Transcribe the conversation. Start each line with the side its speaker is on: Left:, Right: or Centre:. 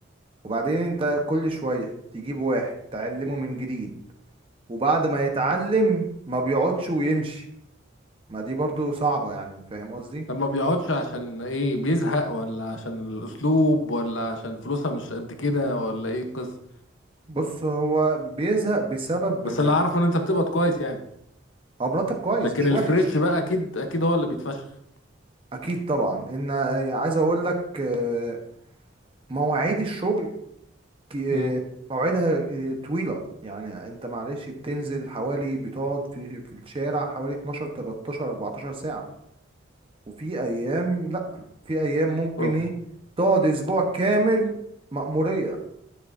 Right: وبعدين انت كل شوية تجيب واحد تعلمه من جديد وبعد ما يتعلم ما بيقعدش ويمشي ما دي برضو صعبة يعني فاهم قصدي
Left: طب ما بيقعدش عشان ايه بيزهق ولا عشان الاسلوب ولا عشان فلوسها مش قد كده ولا ايه القصه
Right: بص هو بيزهق بسبب
Left: بس اللي
Right: إن-
Left: عارفه ان انت بتقبض كويس يعني
Right: هو مرتب كويس
Left: لكن
Right: مش
Left: الفريش
Right: وحش
Left: بقى اكيد اكيد هو اللي بيتفشخ
Right: اكيد طبعا ان عايز اقول لك آه، مواعيد الشغل كي-
Left: امم
Right: آه، مواعيدها آه، طويلة يعني انت معلش بتنزل حوالي بتقعد في في الشارع حوالي 12 13 14 ساعة وفي ايام لا في ايام ممكن
Left: اه
Right: ايه تقعد اسبوع كامل مأمورية